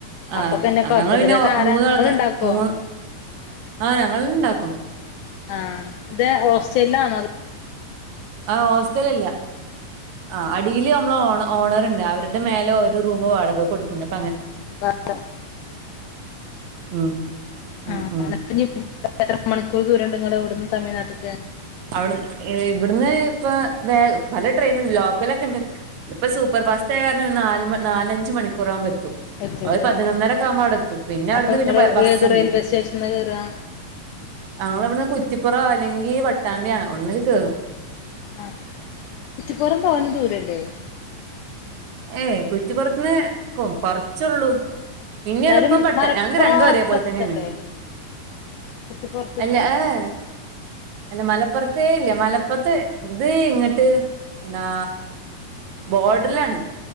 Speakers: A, on the right (about 65°); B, on the left (about 85°).
A: ആ
B: അപ്പൊ പിന്നെ കൊഴപ്പൊന്നുല്ല
A: ഞങ്ങൾ പിന്നെ
B: എന്നിട്ട്
A: ഒ
B: ആരാ
A: മൂന്നൾക്ക
B: ഇങ്ങള് ഇണ്ടാക്കോ
A: മൂ ആഹ ഞങ്ങൾ ഇണ്ടാക്കും
B: ആഹ ഇത ഓസ്ട്രേലിയ ആണോ അത്
A: ആ് ഹോസ്റ്റലല്ല ആ അടിൽ മ്മള് ഓ ഓണർുണ്ട് അവരുടെ മേലെ അവരു റൂമ് വാടക കൊടുക്കുന്നുണ്ട്
B: വേറെ
A: ഉം ഉം
B: ആ
A: ഉം
B: എത്ര മണിക്കൂർ ദൂരംണ്ട് നിങ്ങ ഇവിടുന്ന് തമിഴ്നാട്ടി
A: അവിടു ഇവിടുന്ന് ഇപ്പ വേ പല ട്രെയിൻുണ്ട് ലോക്കലൊക്കെ ഇണ്ട് ഇപ്പൊ സൂപ്പർ
B: ആഹ്
A: ഫാസ്റ്റ് ആയ കാരണം നാ നാലഞ്ച് മണിക്കൂറാകുമ്പോറ്റും ത്തും
B: എത്തല്ലേ
A: അവര് പതിനൊന്നരൊക്കെ
B: ആഹ്
A: ആകുമ്പോ അടെ എത്തും പിന്നെ അവിടുന്ന്
B: അപ്പൊ
A: പിന്നെ
B: നിങ്ങള്
A: ബസ്സ്ുണ്ട്
B: ഏത് റെയിൽവേ സ്റ്റേഷനിലാ കേറാ
A: ങ്ങവിടെ കുറ്റിപ്പുറ അല്ലെങ്കി വട്ടാമ്പ്യ ഒടന്നൽ ക കേറും
B: ആഹ കുറ്റിപ്പുറം തോനെ ദൂരല്ലേ
A: ഏയ് കുറ്റിപ്പുറത്തുള്ള കുറച്ച്ളളു പിന്നെ
B: എന്നാലും
A: എളുപ്പം പട്ടംഞങ്ങക്ക്
B: മലപ്പുറം
A: രണ്ടു
B: ആ ഭാഗത്ത്ക്ക്
A: ഓരെ പോലെ
B: എത്തണ്ടേ
A: തന്നെയാണ്
B: കുറ്റിപ്പുറത്ത്ക്ക്
A: അല്ല ആഏ അല്ല മലപ്പുറത്ത ഇല്ലേ മലപ്പുറത്ത് ഇത് ഇങ്ങിട്ട് എന്താ ബോർഡറിലാണ്